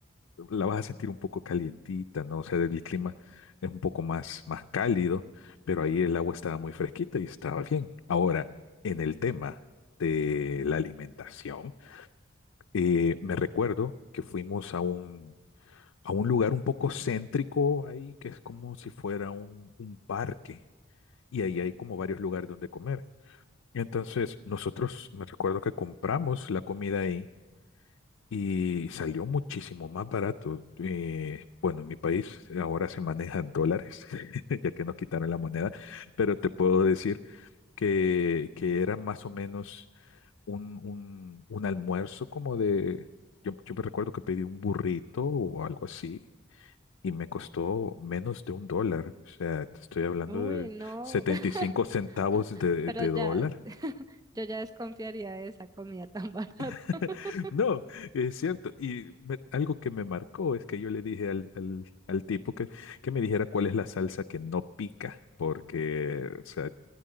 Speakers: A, on the left (about 85°); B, on the right (about 20°).
A: la vas a sentir un poco calientita, ¿no? O sea, el clima es un poco más, más cálido, pero ahí el agua estaba muy fresquita y estaba bien. Ahora, en el tema de la alimentación, eh, me recuerdo que fuimos a un, a un lugar un poco céntrico ahí, que es como si fuera un, un parque, y ahí hay como varios lugares donde comer. Entonces, nosotros me recuerdo que compramos la comida ahí y salió muchísimo más barato. Eh, bueno, en mi país ahora se maneja dólares, <laughs> ya que nos quitaron la moneda, pero te puedo decir que, que era más o menos un, un, un almuerzo como de... Yo, yo me recuerdo que pedí un burrito o algo así y me costó menos de un dólar. O sea, te estoy hablando
B: uy,
A: de
B: no,
A: 75
B: <laughs>
A: centavos de,
B: pero
A: de
B: ya,
A: dólar.
B: <laughs> yo ya desconfiaría de esa comida tan barata.
A: <laughs>
B: <laughs>
A: No, es cierto. Y me- algo que me marcó es que yo le dije al, al- al tipo que, que me dijera cuál es la salsa que no pica, porque, o sea,